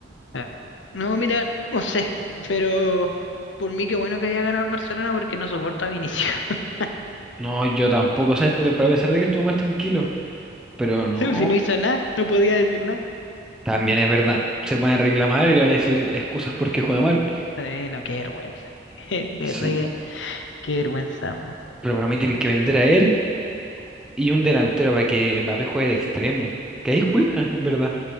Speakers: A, on the left; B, in the centre.
A: Ah, No, mira, no sé, pero por mí qué bueno que haya ganado el Barcelona porque no soporto a Vinicius. <laughs>
B: No, yo tampoco, o sea, esta temporada, a pesar de que estuvo más tranquilo, pero no,
A: Sí, Si no hizo nada, no podía decir nada.
B: también es verdad, se van a reclamar y le van a decir excusas porque juega mal. po.
A: Eh, no, qué vergüenza. <laughs> De verdad
B: Sí,
A: que qué vergüenza. man.
B: pero para mí tienen que vender a él y un delantero para que Mbappé juegue de extremo, que ahí juega, en verdad.